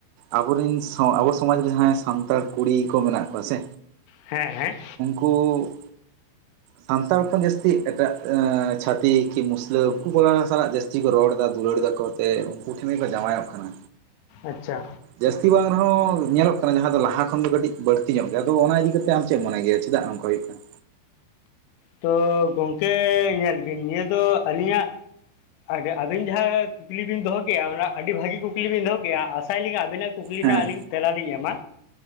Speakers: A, on the right; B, on the left.
A: ᱟᱵᱚᱨᱤᱱ ᱟᱵᱚ ᱥᱚᱢᱟᱡᱽ ᱨᱮ ᱡᱟᱦᱟᱸᱭ ᱥᱟᱱᱛᱟᱲ ᱠᱩᱲᱤ ᱠᱚ ᱢᱮᱱᱟᱜ ᱠᱚᱣᱟ ᱥᱮ
B: ᱦᱮᱸ ᱦᱮᱸ᱾
A: ᱠᱩᱻ ᱥᱟᱱᱛᱟᱲ ᱠᱷᱚᱱ ᱡᱟᱹᱥᱛᱤ ᱮᱴᱟᱜ ᱪᱷᱟᱛᱤ ᱠᱤ ᱢᱩᱥᱞᱟᱹ‌ᱩᱝᱠᱩ ᱠᱚ ᱥᱟᱞᱟᱜ ᱡᱟᱹᱥᱛᱤ ᱠᱚ ᱨᱚᱲ ᱮᱫᱟ ᱫᱩᱞᱟᱹᱲ ᱫᱟᱠᱚ ᱛᱮ ᱩᱱᱠᱩ ᱴᱷᱮᱱ ᱜᱮᱠᱚ ᱡᱟᱶᱟᱭᱚᱜ ᱠᱟᱱᱟ᱾
B: ᱟᱪᱪᱷᱟ᱾
A: ᱡᱟᱹᱥᱛᱤ ᱵᱟᱝ ᱨᱮᱦᱚᱸ ᱧᱮᱞᱚᱜ ᱠᱟᱱᱟ ᱡᱟᱦᱟᱸ ᱫᱚ ᱞᱟᱦᱟ ᱠᱷᱚᱱ ᱫᱚ ᱠᱟᱹᱴᱤᱡ ᱵᱟᱹᱲᱛᱤ ᱧᱚᱜ ᱜᱮᱭᱟ, ᱟᱫᱚ ᱚᱱᱟ ᱤᱫᱤ ᱠᱟᱛᱮ ᱟᱢ ᱪᱮᱫ ᱢᱚᱱᱮ ᱜᱮᱭᱟ ᱡᱮ? ᱪᱮᱫᱟᱜ ᱱᱚᱝᱠᱟ ᱦᱩᱭᱩᱜ ᱠᱟᱱᱟ?
B: ᱛᱚ, ᱜᱚᱝᱠᱮ ᱧᱮᱞ ᱵᱤᱱ ᱱᱤᱭᱟᱹ ᱫᱚ ᱟᱹᱞᱤᱧᱟᱜ ᱟᱨ ᱟᱹᱵᱤᱱ ᱡᱟᱦᱟᱸ ᱠᱩᱠᱞᱤ ᱵᱤᱱ ᱫᱚᱦᱚ ᱠᱮᱜ-ᱟ ᱚᱱᱟ ᱟᱹᱰᱤ ᱵᱷᱟᱹᱜᱤ ᱠᱩᱠᱞᱤ ᱵᱤᱱ ᱫᱚᱦᱚ ᱠᱮᱜ-ᱟ ᱟᱥᱟᱭ ᱴᱟᱞᱤᱧ ᱟᱹᱵᱤᱱᱟᱜ ᱠᱩᱠᱞᱤ ᱨᱮᱱᱟᱜ
A: ᱦᱮᱸ
B: ᱟᱹᱞᱤᱧ ᱛᱮᱞᱟᱞᱤᱧ ᱮᱢᱟ᱾